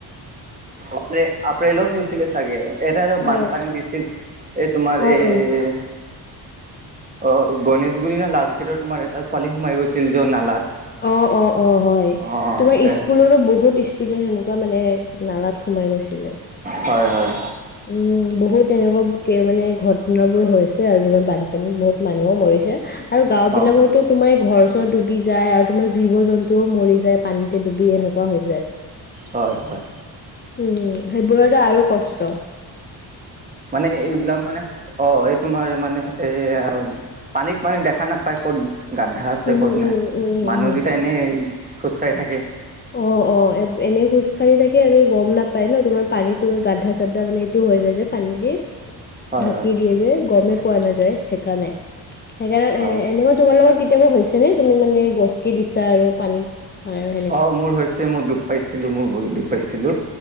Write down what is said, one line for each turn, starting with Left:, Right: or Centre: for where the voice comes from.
Right: অপ্ৰে আপ্ৰেলত হৈছিলে চাগে। ইয়াতে আৰু
Left: অ',
Right: বানপানী দিছিল এই তোমাৰ
Left: অ',
Right: এই-
Left: অ'।
Right: অ গণেশগুৰি নে লাষ্ট গেটৰ তোমাৰ এটা ছোৱালী সোমাই গৈছিল য নালাত।
Left: অ অ অ' হয়,
Right: অ অ
Left: তোমাৰ
Right: এ
Left: স্কুলৰো বহুত ষ্টু- ষ্টুডেণ্ট সেনেকুৱা মানে নালাত সোমাই গৈছিলে।
Right: হয় হয়।
Left: উম বহুত এনেকুৱা কে মানে ঘটনাবোৰ হৈছে আৰু তুমাৰ বানপানীত বহুত মানুহো মৰিছে। আৰু গাঁও বিলাকতো
Right: অ অ
Left: তোমাৰ এই ঘৰ চৰ ডুবি যায় আৰু তোমাৰ জীৱ জন্তুও মৰি যায় পানীত- টো ডুবি সেনেকুৱা হৈ যায়।
Right: হয় হয়
Left: উম' সেইবোৰতে আৰু কষ্ট- ত।
Right: মানে সে এইবিলাক মানে- অ' এই তোমাৰ মানে এই পানীত মানে দেখা নাপায় ক'ত- গাদ্ধা আছে
Left: উম,
Right: ক'ত
Left: উম,
Right: নাই
Left: উম,
Right: মানুহগেইটা
Left: উম।
Right: এনেই খোজকাঢ়ি থাকে।
Left: অ অ' অ' এ এনেই খোজকাঢ়ি থাকে আৰু গম নাপায় ন তোমাৰ পানীটো গাদ্ধা চাদ্দা মানে এইটো হৈ যায় যে পানী দি। <inaudible>
Right: হয়
Left: ঢাকি
Right: হয়
Left: দিয়ে যে গমেই পোৱা নাযায় সেইকাৰণে, সেইকাৰণে
Right: হয়
Left: এ এনেও তোমাৰ লগত- কেতিয়াবা হৈছে নে তুমি মানে গছ কি দিছা আৰু পানীত সাৰ-
Right: অ' মোৰ হৈছে মই দুখ পাইছিলো মোৰ ভৰি দুখ পাইছিলো,